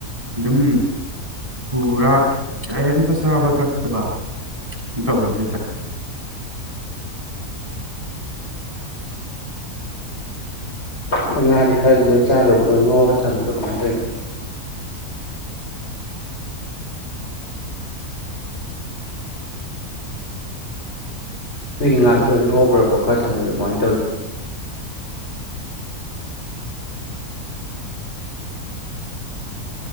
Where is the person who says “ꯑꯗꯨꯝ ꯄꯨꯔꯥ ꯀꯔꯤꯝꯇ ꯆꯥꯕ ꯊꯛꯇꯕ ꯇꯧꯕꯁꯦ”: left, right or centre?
Right